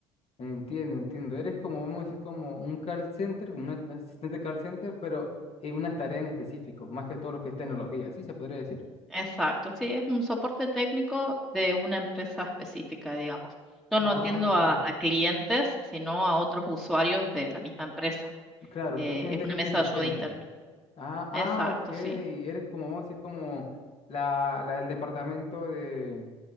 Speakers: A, on the left; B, in the centre.
A: Entiendo, entiendo. Eres como, vamos a decir, como un call center, como un asistente call center, pero en una tarea en específico, más que todo lo que es tecnología. ¿Sí se podría decir?
B: Exacto, sí, es un soporte técnico de una empresa específica, digamos. Yo
A: Ah,
B: no atiendo
A: ok.
B: a, a clientes, sino a otros usuarios de la misma empresa.
A: Claro,
B: Eh,
A: tú tienes
B: es una
A: gente
B: mesa
A: asistente.
B: de ayuda interna.
A: Ah, ah,
B: Exacto,
A: ok. Eres
B: sí.
A: como, vamos a decir, como la, la del departamento de.